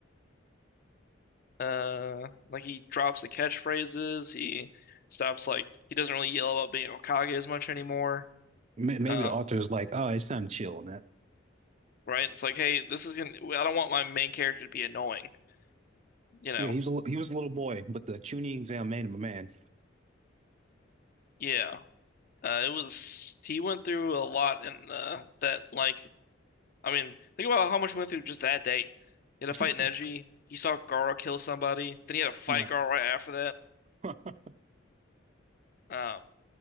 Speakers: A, on the left (about 45°); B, on the right (about 35°).
A: Uh, like he drops the catchphrases. He stops like he doesn't really yell about being Hokage as much anymore.
B: May- maybe
A: Uh,
B: the author is like, oh, it's time to chill on that.
A: right? It's like, hey, this is gonna. I don't want my main character to be annoying. You know?
B: Yeah, he was a, li- he was a little boy, but the tuning exam made him a man.
A: Yeah. Uh, it was he went through a lot in the that like I mean think about how much he went through just that day. He had to
B: <laughs>
A: fight Neji. He saw Gaara kill somebody. Then he had to fight
B: Yeah,
A: Gaara right after that.
B: Huh.
A: Um,